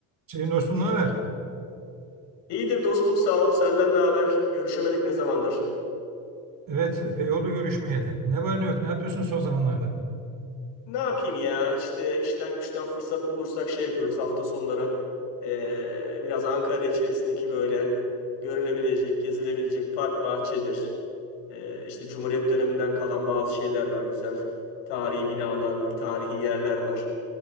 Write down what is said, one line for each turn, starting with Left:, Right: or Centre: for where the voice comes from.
Right: Şeyin dostum ne haber?
Left: İyidir dostum sağ ol. Senden ne haber? Görüşemedik ne zamandır?
Right: Evet, epey oldu görüşmeyeli. Ne var ne yok, ne yapıyorsun son zamanlarda?
Left: Ne yapayım ya? İşte işten güçten fırsat bulursak şey yapıyoruz hafta sonları. Ee, biraz Ankara içerisindeki böyle görülebilecek, gezilebilecek park bahçedir. Ee, işte Cumhuriyet döneminden kalan bazı şeyler var. Güzel tarihi binalar var, tarihi yerler var.